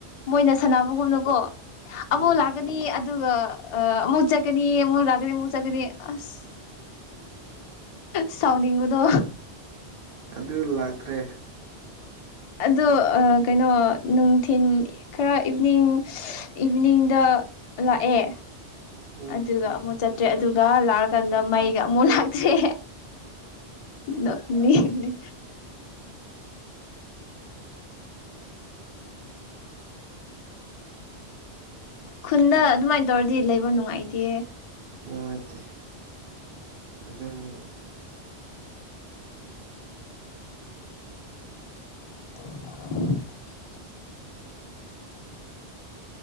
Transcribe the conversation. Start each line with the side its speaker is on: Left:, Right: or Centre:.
Left: ꯃꯣꯏꯅ ꯁꯥꯟꯅꯕꯒꯨꯝꯅꯀꯣ ꯑꯃꯨꯛ
Right: ꯎꯝ
Left: ꯂꯥꯛꯀꯅꯤ ꯑꯗꯨꯒ ꯑꯃꯨꯛ ꯆꯠꯀꯅꯤ ꯑꯃꯨꯛ ꯂꯥꯛꯀꯅꯤ ꯑꯃꯨꯛ ꯆꯠꯀꯅꯤ ꯑꯁ ꯁꯥꯎꯅꯤꯡꯕꯗꯣ
Right: ꯑꯗꯨ ꯂꯥꯛꯇ꯭ꯔꯦ
Left: ꯑꯗꯣ ꯀꯩꯅꯣ ꯅꯨꯡꯊꯤꯟ ꯈꯔ ꯏꯚꯤꯅꯤꯡ ꯏꯚꯤꯅꯤꯡꯗ ꯂꯥꯛꯑꯦ
Right: ꯎꯝ
Left: ꯑꯗꯨꯒ ꯑꯃꯨꯛ ꯆꯠꯇ꯭ꯔꯦ ꯑꯗꯨꯒ ꯂꯥꯛꯑꯀꯥꯟꯗ ꯃꯩꯒ ꯑꯃꯨꯛ ꯂꯥꯛꯇ꯭ꯔꯦ ꯅꫭꯛꯅꯤꯡꯑꯦ ꯈꯨꯟꯗ ꯑꯗꯨꯃꯥꯏꯅ ꯇꯧꯔꯗꯤ ꯂꯩꯕ ꯅꯨꯡꯉꯥꯏꯇꯦ
Right: ꯅꯨꯡꯉꯥꯏꯇ ꯑꯗꯨꯅꯦꯕ
Left: <inaudible>